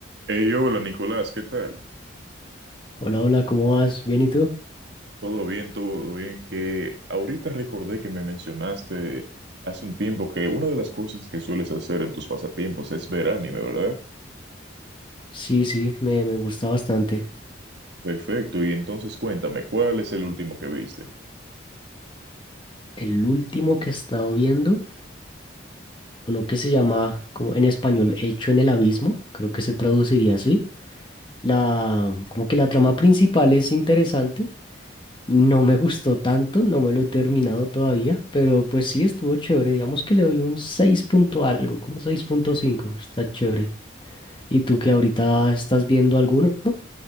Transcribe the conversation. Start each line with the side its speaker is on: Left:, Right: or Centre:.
Right: Hey, hola Nicolás, ¿qué tal?
Left: Hola, hola, ¿cómo vas? ¿Bien y tú?
Right: ¿Todo bien? ¿Todo bien? Que ahorita recordé que me mencionaste hace un tiempo que una de las cosas que sueles hacer en tus pasatiempos es ver anime, ¿verdad?
Left: Sí, sí, me, me gusta bastante.
Right: Perfecto, y entonces cuéntame, ¿cuál es el último que viste?
Left: El último que he estado viendo, uno que se llama, como en español, Hecho en el Abismo, creo que se traduciría así. La, como que la trama principal es interesante. No me gustó tanto, no me lo he terminado todavía, pero pues sí estuvo chévere. Digamos que le doy un 6 punto algo, como seis punto cinco está chévere. ¿Y tú que ahorita estás viendo alguno?